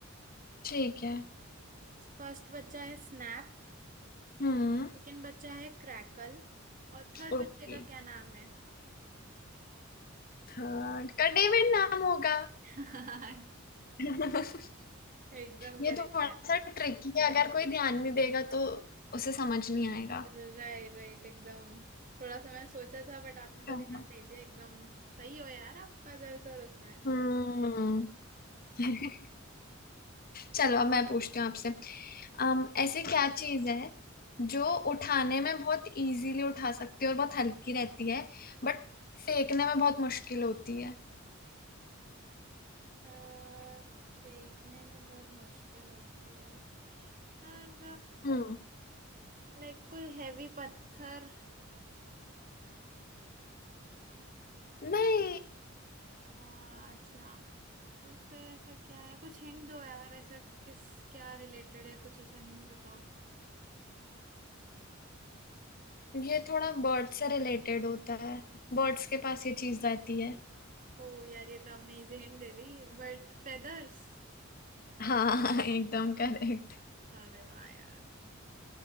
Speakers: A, on the left; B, on the right.
A: ठीक है
B: फर्स्ट बच्चा है स्नैप
A: हम्म
B: सेकंड बच्चा है क्रैकल और थर्ड
A: ओके
B: बच्चे का क्या नाम है
A: थर्ड का डेविड नाम होगा
B: <laughs> हाँ
A: <laughs>
B: एकदम
A: ये
B: करेक्ट
A: थोड़ा
B: यार
A: सा ट्रिकी है अगर कोई ध्यान नहीं देगा तो उसे समझ नहीं आएगा
B: राइट राइट एकदम थोड़ा सा मैं सोचा था बट आपने तो
A: चलो
B: ध्यान दे दिया एकदम सही हो यार आप पजल सर उसमें
A: हम्म <laughs> चलो अब मैं पूछती हूँ आपसे अम ऐसी क्या चीज है जो उठाने में बहुत इजीली उठा सकती है और बहुत हल्की रहती है बट फेंकने में बहुत मुश्किल होती है
B: अह, फेंकने में बहुत मुश्किल होती है यार
A: हम्म
B: लाइक कोई हैवी पत्थर
A: नहीं
B: अह, अच्छा तो फिर ऐसा क्या है कुछ हिंट दो यार ऐसा किस क्या रिलेटेड है कुछ ऐसा हिंट बताओ
A: ये थोड़ा बर्ड से रिलेटेड होता है बर्ड्स के पास ये चीज रहती है
B: ओ यार ये तो आपने इजी हिंट दे दी But feathers
A: हाँ <laughs> एकदम करेक्ट
B: अरे वाह यार